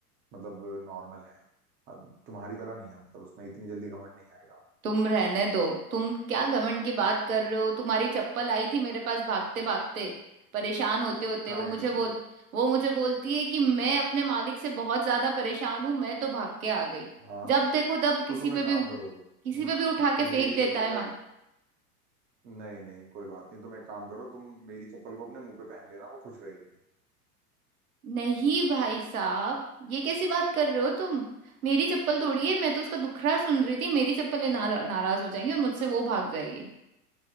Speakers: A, on the right (about 20°); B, on the right (about 65°).
A: मतलब नॉर्मल है अब तुम्हारी तरह नहीं है मतलब उसमें इतनी जल्दी घमंड नहीं आएगा
B: तुम रहने दो तुम क्या घमंड की बात कर रहे हो तुम्हारी चप्पल आई थी मेरे पास भागते भागते परेशान होते होते
A: क्या
B: वो
A: कह
B: मुझे
A: रही
B: बोल
A: थी
B: वो मुझे बोलती है कि मैं अपने मालिक से बहुत ज्यादा परेशान हूं मैं तो भाग के आ गई
A: हाँ
B: जब देखो तब
A: तो
B: किसी
A: तुम
B: पे
A: एक
B: भी
A: काम करो
B: किसी
A: म-
B: पे भी उठा के फेंक
A: मेरी
B: देता
A: चप्पल
B: है मार
A: नहीं नहीं कोई बात नहीं तुम एक काम करो तुम मेरी चप्पल को अपने मुंह पे पहन लेना वो खुश रहेगी
B: नहीं भाई साहब ये कैसी बात कर रहे हो तुम मेरी चप्पल तोड़ी है मैं तो उसका दुखड़ा सुन रही थी मेरी चप्पलें नारा- नाराज हो जाएंगी और मुझसे वो भाग जाएगी